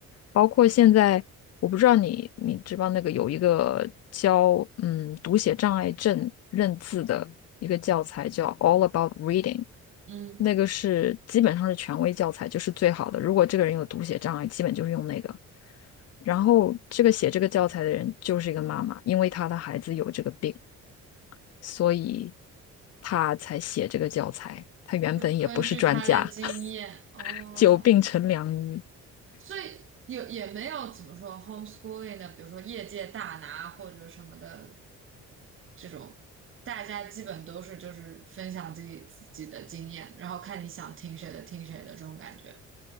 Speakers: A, on the left (about 55°); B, on the right (about 45°).
A: 包括现在，我不知道你你知不知道那个有一个教嗯读写障碍症认字的一个教材叫《All About Reading》，
B: 嗯，
A: 那个是基本上是权威教材，就是最好的。如果这个人有读写障碍，基本就是用那个。然后这个写这个教材的人就是一个妈妈，因为她的孩子有这个病，所以她才写这个教材。她原本也不是专家，
B: 就根据他的经验，哦，
A: <laughs> 久病成良医。
B: 所以也也没有怎么说 homeschooling 的，比如说业界大拿或者什么的这种，大家基本都是就是分享自己自己的经验，然后看你想听谁的听谁的这种感觉。